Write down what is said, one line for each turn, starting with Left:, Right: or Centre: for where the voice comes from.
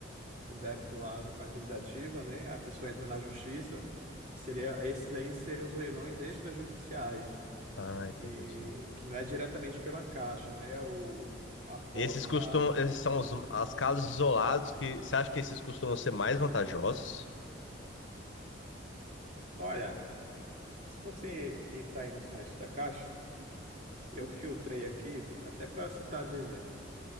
Right: com débito lá com a dívida ativa, né? A pessoa entra na justiça. Seria, esses aí seriam os leilões extrajudiciais,
Left: Ah, entendi.
Right: que, que não é diretamente pela Caixa, né? O, a posse
Left: Esses costumam,
Right: da.
Left: esses são os as casos isolados que você acha que esses costumam ser mais vantajosos?
Right: Olha. Se você entrar aí no site da Caixa, eu filtrei aqui, até para citar de exemplo.